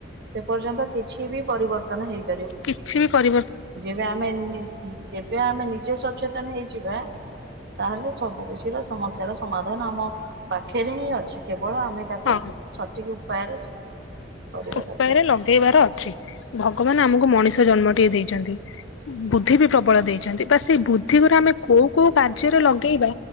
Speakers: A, on the right; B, on the left.
A: ସେ ପର୍ଯ୍ୟନ୍ତ କିଛି ବି ପରିବର୍ତ୍ତନ ହେଇ
B: କିଛି ବି କରି
A: ଯେବେ ଆମେ ନି ଯେବେ ଆମେ ନିଜେ ସଚେତନ ହେଇଯିବା। ତାହେଲେ ସବୁ କିଛି ର ସମସ୍ୟାର ସମାଧାନ ଆମ ପାଖରେ ହିଁ ଅଛି। କେବଳ ଆମେ ତାକୁ
B: ହଁ।
A: ସଠିକ୍ ଉପାୟରେ କରିବା
B: ଉପାୟରେ
A: ଦରକାର।
B: ଲଗେଇବାର ଅଛି। ଭଗବାନ ଆମକୁ ମଣି ଷ ଜନ୍ମଟିଏ ଦେଇଚନ୍ତି ବୁଦ୍ଧି ବି ପ୍ରବଳ ଦେଇଚନ୍ତି। ବା ସେ ବୁଦ୍ଧି ଗୁରା ଆମେ କୋଉ କୋଉ କା ର୍ଯ୍ୟ ରେ ଲଗେଇବା